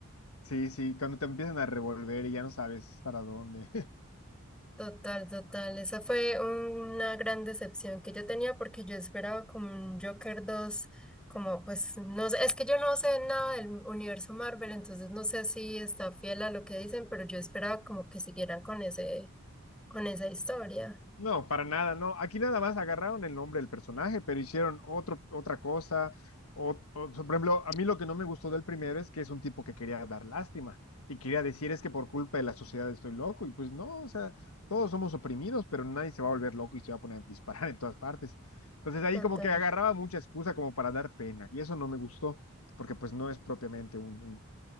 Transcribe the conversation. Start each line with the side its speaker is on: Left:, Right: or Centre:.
Left: sí, sí, cuando te empiezan a revolver y ya no sabes para dónde.
Centre: Total, total. Esa fue una gran decepción que yo tenía porque yo esperaba como un Joker 2, como pues no sé, es que yo no sé nada del universo Marvel, entonces no sé si está fiel a lo que dicen, pero yo esperaba como que siguieran con ese, con esa historia.
Left: No, para nada, no. Aquí nada más agarraron el nombre del personaje, pero hicieron otro, otra cosa. O, o- por ejemplo, a mí lo que no me gustó del primero es que es un tipo que quería dar lástima y quería decir es que por culpa de la sociedad estoy loco. Y pues no, o sea, todos somos oprimidos, pero nadie se va a volver loco y se va a poner a disparar <laughs> en todas partes. Entonces ahí
Centre: Total.
Left: como que agarraba mucha excusa como para dar pena y eso no me gustó porque pues no es propiamente un, un